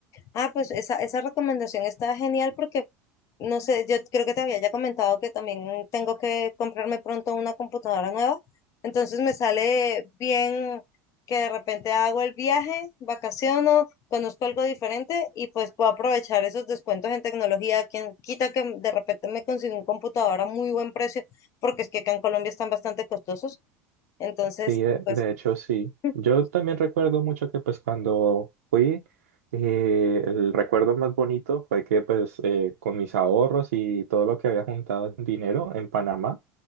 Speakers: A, on the left (about 40°); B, on the right (about 70°).
A: Ah, pues esa, esa recomendación está genial porque, no sé, yo creo que te había ya comentado que también tengo que comprarme pronto una computadora nueva. Entonces me sale bien que de repente hago el viaje, vacaciono, conozco algo diferente y pues puedo aprovechar esos descuentos en tecnología. Quien quita que de repente me consiga un computador a muy buen precio, porque es que acá en Colombia están bastante costosos. Entonces,
B: Sí, de,
A: pues,
B: de hecho sí.
A: <laughs>
B: Yo también recuerdo mucho que pues cuando fui, eh, el recuerdo más bonito fue que pues eh, con mis ahorros y todo lo que había juntado en dinero en Panamá,